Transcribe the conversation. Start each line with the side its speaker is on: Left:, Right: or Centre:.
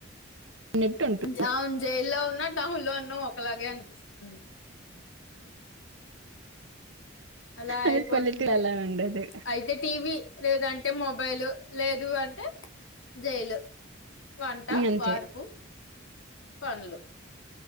Right: ఉన్నట్టు ఉంటుంది
Left: జాన్ జైలు లో ఉన్నా టౌన్ లో ఉన్నా ఒకలాగే అనిపిస్తుంది అలా అయిపోతుంది
Right: అది పల్లెటూరు అలా ఉండదు
Left: అయితే టీవీ లేదంటే టే మొబైల్ లేదు అంటే జైలు వంట
Right: అంతే
Left: వార్పు పనిలో